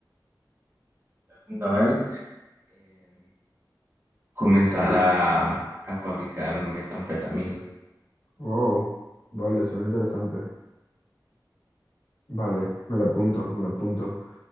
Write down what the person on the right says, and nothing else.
¿no? eh? comenzar a, a fabricar metanfetamina.